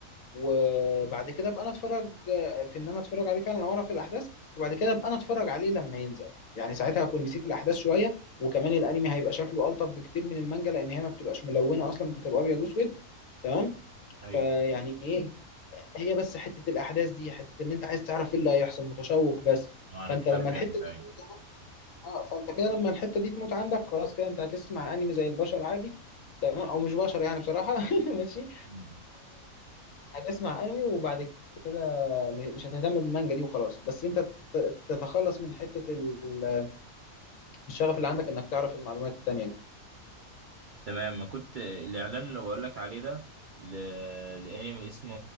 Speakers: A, on the left; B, on the right.
A: وبعد كده ابقى انا اتفرج في ان انا اتفرج عليه فعلا او اعرف الاحداث وبعد كده ابقى انا اتفرج عليه لما ينزل يعني ساعتها هكون نسيت الاحداث شويه وكمان الانمي هيبقى شكله الطف بكتير من المانجا لان هي ما بتبقاش ملونه اصلا بتبقى ابيض واسود تمام
B: ايوه
A: فيعني ايه هي بس حته الاحداث دي حته ان انت عايز تعرف ايه اللي هيحصل متشوق بس
B: ما انا
A: فانت
B: كده
A: لما
B: فهمت
A: الحته دي
B: ايوه
A: اه فانت كده لما الحته دي تموت عندك خلاص كده انت هتسمع انمي زي البشر عادي تمام او مش بشر يعني بصراحه <laughs> ماشي
B: مم.
A: فهتسمع انمي وبعد مش هتهتم بالمانجا دي وخلاص بس انت ت- تتخلص من حتة ال- الشغف اللي عندك انك تعرف المعلومات التانية دي
B: تمام ما كنت الاعلان اللي بقول لك عليه ده ل... الانمي اسمه